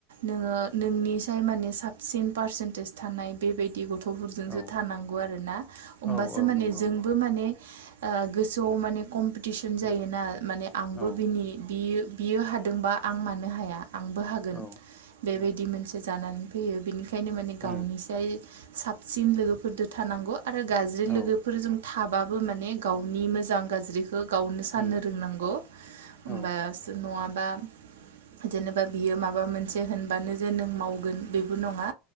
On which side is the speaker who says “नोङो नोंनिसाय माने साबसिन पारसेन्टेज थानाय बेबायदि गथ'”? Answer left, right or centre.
Right